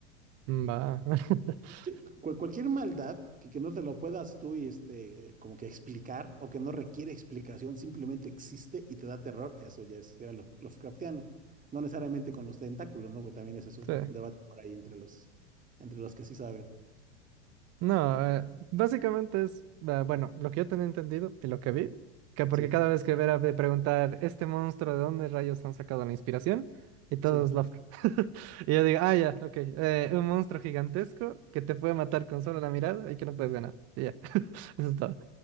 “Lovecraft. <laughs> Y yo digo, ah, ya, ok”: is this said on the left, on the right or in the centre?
Right